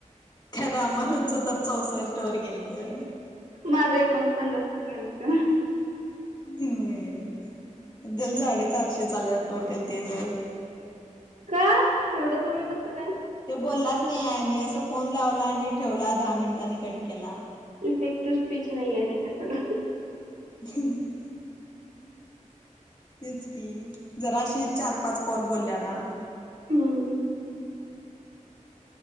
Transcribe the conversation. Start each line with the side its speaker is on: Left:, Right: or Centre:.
Left: खरं आमालच तर चौसष्ट वर गेलतय.
Right: माझा एकोण पन्नास वर गेलता.
Left: होय, जर साडेचारशे चाल्यात टोटल ते जर.
Right: का एवढं कमी कसं काय?
Left: तो बोललाच नाही आहे असं फोन लावला आणि ठेवला दहा मिनिटांनी कट केला.
Right: इफेक्टव्ह स्पीच नाही तेच्यापल.
Left: <unintelligible> तेच कि जराशी चार-पाच कॉल बोलल्याला.
Right: हम्म.